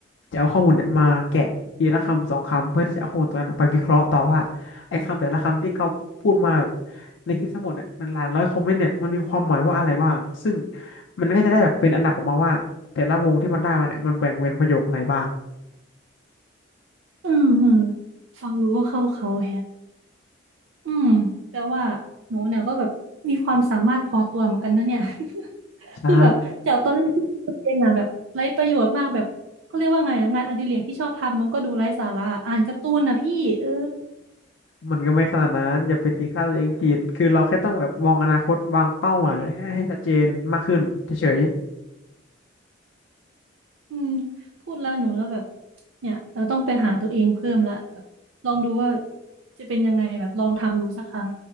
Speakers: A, on the left; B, on the right.
A: จะเอาข้อมูลเนี่ยมาแกะทีละคำสองคำเพื่อที่จะเอาข้อมูลตรงนั้นนะไปวิเคราะห์ต่อว่าไอ้คำแต่ละคำที่เขาพูดมา ในคลิปทั้งหมดเนี่ยมันหลายร้อยคอมเมนต์เนี่ยมันมีความหมายว่าอะไรบ้างซึ่งมันก็จะได้แบบเป็นอันดับออกมาว่าแต่ละวงที่มันได้มาเนี่ยมันแบ่งเป็นประโยคไหนบ้าง
B: อืมอืมฟังดูก็เข้าเขาแฮะ อืมแต่ว่าหนูเนี่ยก็แบบมีความสามารถพอตัวเหมือนกันนะเนี่ย <laughs>
A: ใช่
B: คือแบบจากตอนแรกที่ตัวเองอ่ะแบบไร้ประโยชน์มากแบบก็เรียกว่าไงอ่ะงานอดิเรกที่ชอบทำมันก็ดูไร้สาระอ่านการ์ตูนนะพี่เออ
A: มันก็ไม่ขนาดนั้นอย่าไปตีค่าตัวเองผิดคือเราแค่ต้องแบบมองอนาคตวางเป้าหมายให้ให้ชัดเจนมากขึ้นเฉย
B: อืมพูดแล้วหนูแล้วแบบเนี่ยเราต้องไปหาตัวเองเพิ่มละแบบลองดูว่าจะเป็นยังไงแบบลองทำดูสักครั้ง